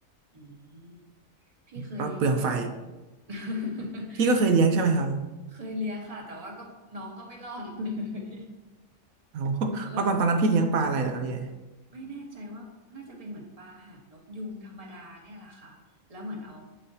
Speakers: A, on the right; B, on the right.
A: อืมพี่เคยเคย
B: ก็เปลืองไฟ
A: <laughs>
B: พี่ก็เคยเลี้ยงใช่ไหมครับ
A: เคยเลี้ยงค่ะแต่ว่าก็น้องก็ไม่รอด <laughs> เลย
B: เอา
A: แล้ว
B: ว่าตอนตอนนั้นพี่เลี้ยงปลาอะไรเหรอครับเย่
A: ไม่แน่ใจว่าน่าจะเป็นเหมือนปลาหางนกยุงธรรมดาเนี่ยแหละค่ะแล้วเหมือนเอา